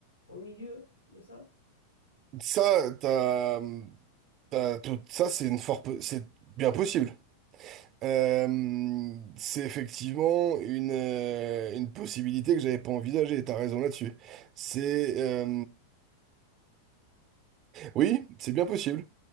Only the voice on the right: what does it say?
Ça t'as t'as tout ça c'est une fort po- c'est bien possible. Euh, c'est effectivement une, euh, une possibilité que j'avais pas envisagée, t'as raison là-dessus. C'est euh, oui, c'est bien possible.